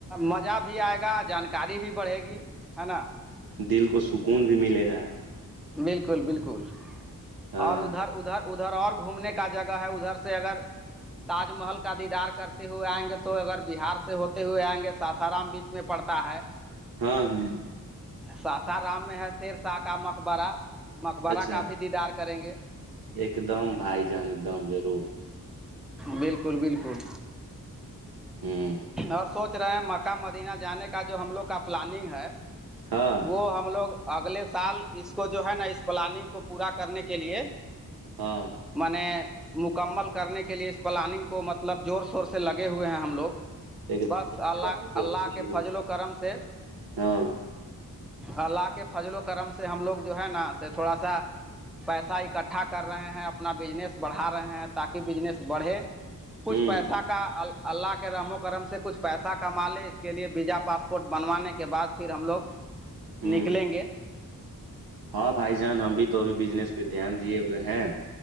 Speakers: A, in the centre; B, on the right.
A: مزہ بھی آئے گا جانکاری بھی بڑھے گی ہے نا
B: دل کو سکون بھی ملے گا
A: بالکل بالکل
B: ہاں
A: اور ادھر ادھر ادھر اور گھومنے کا جگہ ہے ادھر سے اگر تاج محل کا دیدار کرتے ہوئے آئیں گے تو اگر بہار سے ہوتے ہوئے آئیں گے ساسارام بیچ میں پڑتا ہے
B: ہاں ہاں
A: ساسارام میں ہے شیر شاہ کا مقبرہ مقبرہ
B: اچھا
A: کا بھی دیدار کریں گے
B: ایک دم بھائی جان ایک دم ضرور
A: بالکل بالکل
B: ہوں
A: اور سوچ رہے ہیں مکہ مدینہ جانے کا جو ہم لوگ کا پلاننگ ہے
B: ہاں
A: وہ ہم لوگ اگلے سال اس کو جو ہے نا اس پلاننگ کو پورا کرنے کے لیے
B: ہاں
A: میں نے مکمل کرنے کے لیے اس پلاننگ کو مطلب زور شور سے لگے ہوئے ہیں ہم لوگ
B: ایک
A: بس اللہ
B: دم۔
A: اللہ کے فضل و کرم سے
B: ہاں
A: اللہ کے فضل و کرم سے ہم لوگ جو ہے نا تھوڑا سا پیسہ ایک اکٹھا کر رہے ہیں اپنا بزنس بڑھا رہے ہیں تاکہ بجنس بڑھے کچھ
B: ہوں
A: پیسہ کا اللہ کے رحمک کرم سے کچھ پیسہ کما لے اس کے لیے ویزا پاسپورٹ بنوانے کے بعد پھر ہم لوگ
B: ہوں
A: نکلیں گے
B: ہاں بھائی جان ہم بھی تو ابھی بجنس پہ دھیان دیے ہوئے ہیں